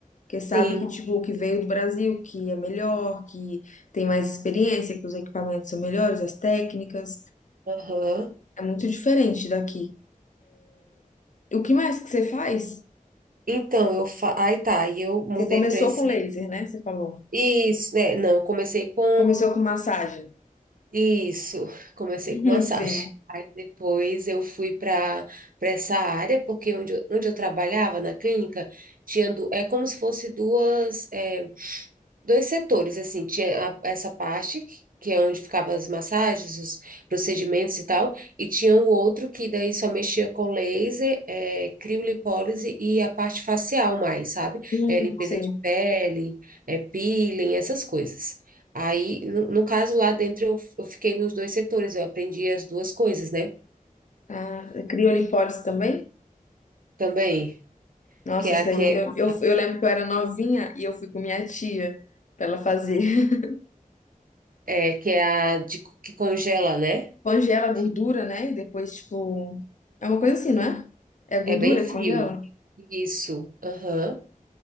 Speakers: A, on the left (about 60°); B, on the right (about 75°).
A: Porque
B: Sim.
A: sabe que, tipo, que veio do Brasil, que é melhor, que tem mais experiência, que os equipamentos são melhores, as técnicas.
B: Aham.
A: É muito diferente daqui. E o que mais que você faz?
B: Então, eu fa... Aí tá, e eu mudei
A: Você começou
B: para esse.
A: com laser, né? Você falou.
B: Isso, né? Não, eu comecei com
A: Começou com massagem.
B: Isso, comecei
A: <laughs>
B: com
A: Hum,
B: massagem.
A: Sim.
B: Aí depois eu fui para para essa área, porque onde, eu- onde eu trabalhava na clínica, tinha du- é como se fosse duas. é, dois setores, assim, tinha a- essa parte, que é onde ficavam as massagens, os procedimentos e tal, e tinha o outro que daí só mexia com laser, é, criolipólise e a parte facial mais, sabe?
A: Hum,
B: É, limpeza
A: Sim.
B: de pele, é, peeling, essas coisas. Aí, no, no caso lá dentro, eu, eu fiquei nos dois setores, eu aprendi as duas coisas, né?
A: Ah, criolipólise também?
B: Também,
A: Nossa,
B: que é
A: essa
B: aquela,
A: daí, eu, eu, eu lembro que eu era novinha e eu fui com minha tia pra ela fazer. <laughs>
B: é, que é a de, que congela, né?
A: Congela a gordura,
B: Que
A: né? E depois, tipo. É uma coisa assim, não é? É a gordura
B: é bem frio.
A: que congela?
B: Isso, aham.